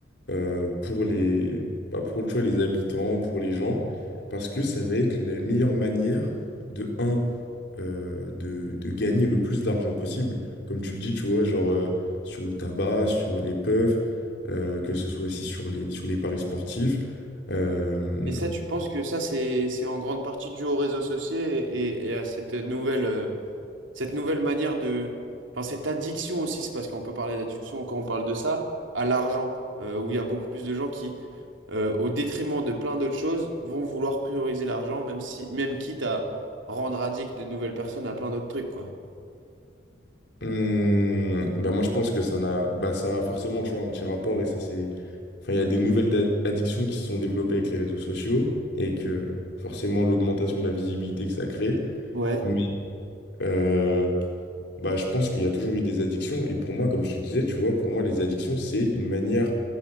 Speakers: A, on the left; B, on the right.
A: euh, pour les, bah, pour, tu vois, les habitants, pour les gens, parce que ça va être la meilleure manière de, un, euh, de, de gagner le plus d'argent possible. Comme tu le dis, tu vois, genre euh, sur le tabac, sur les puffs, euh, que ce soit aussi sur les, sur les paris sportifs. Euh,
B: Et ça, tu penses que ça, c'est, c'est en grande partie dû aux réseaux sociaux et, et- et à cette nouvelle, euh, cette nouvelle manière de... Enfin, cette addiction aussi, c'est parce qu'on peut parler d'addiction quand on parle de ça, à l'argent, euh, où il y a beaucoup plus de gens qui euh, au détriment de plein d'autres choses, vont vouloir prioriser l'argent, même si, même quitte à rendre addict de nouvelles personnes à plein d'autres trucs, quoi.
A: Hmm, bah moi je pense que ça n'a bah ça a forcément tu vois un petit rapport et ça c'est enfin il y a des nouvelles da- addictions qui se sont développées avec les réseaux sociaux et que forcément l'augmentation de la visibilité que ça crée
B: Ouais,
A: mais euh, bah je pense qu'il y a toujours eu des addictions et pour moi comme je te disais tu vois pour moi les addictions c'est une manière